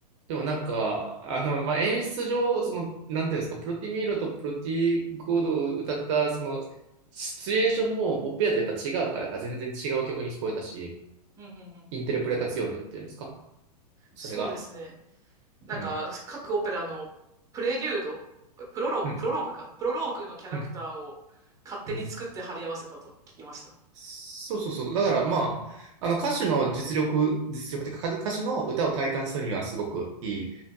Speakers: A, on the right; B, on the right.
A: でもなんか、あの、まあ、演出上、その、なんていうんですか、プロティミーロとプロティーゴードを歌った、その、シチュエーションも、ポップやとやっぱ違うからか、全然違う曲に聞こえたし、
B: ー、うん、うん、うん。
A: インテルプレタツィオネっていうんですかそれが。
B: そうですね。なんか、
A: うん。
B: 各オペラのプレデュード、プロローグ、
A: うん。
B: プロローグか、プロローグのキャラクターを勝手に作って貼り合わせたと聞きました。
A: うん。うん。そうそうそう。だからまあ、あの歌手の実力、実力っていうか歌手の歌を体感するにはすごくいい、